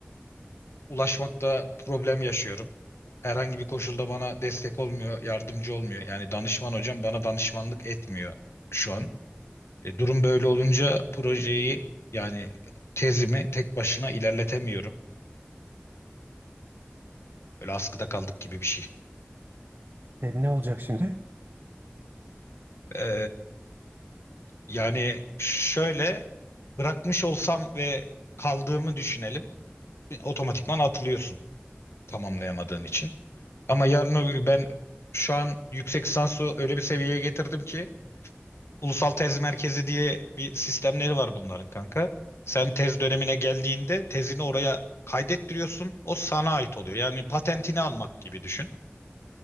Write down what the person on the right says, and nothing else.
E, ne olacak şimdi?
Hı hı.